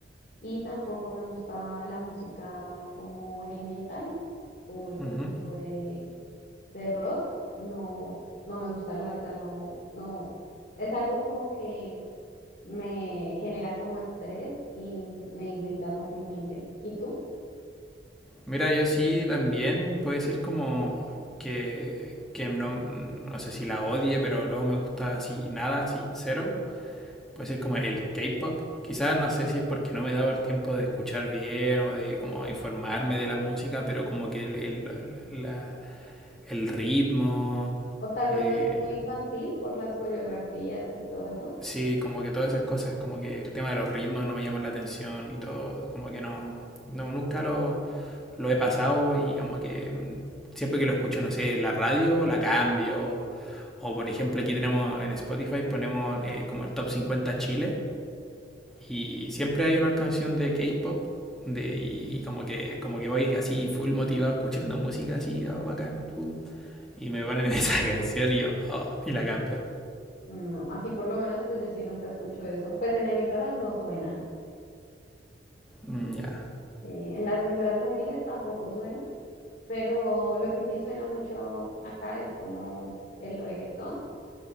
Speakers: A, on the left; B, in the centre.
A: Y tampoco me gusta la música como el metal o ese
B: Ujú.
A: tipo de, de rock. No, no me gusta, la verdad, no, no. Es algo como que me genera como estrés y me irrita fácilmente. ¿Y tú?
B: Mira, yo sí también puede ser como que, que no, no sé si la odie, pero no me gusta así nada, así cero. puede ser como el K-pop. Quizás no sé si es porque no me he dado el tiempo de escuchar bien o de como informarme de la música, pero como que el, el, la- el ritmo,
A: O tal vez
B: eh,
A: lo es muy infantil por las coreografías y todo eso.
B: sí, como que todas esas cosas, como que el tema de los ritmos no me llama la atención y todo, como que no, no nunca lo, lo he pasado y como que mm, siempre que lo escucho, no sé, la radio la cambio. O por ejemplo aquí tenemos en Spotify ponemos eh, como el top 50 Chile Y siempre hay una canción de K-pop de, y como que, como que voy así full motivado escuchando música así, ah, bacán, pum, y me ponen <laughs> esa canción y yo, oh, y la cambio.
A: No, aquí por lo menos pues yo sí nunca escucho eso. Pues en emisoras no suena.
B: Mm, ya,
A: sí, En las emisoras juveniles tampoco suena. pero lo que sí suena mucho acá es como el reggaetón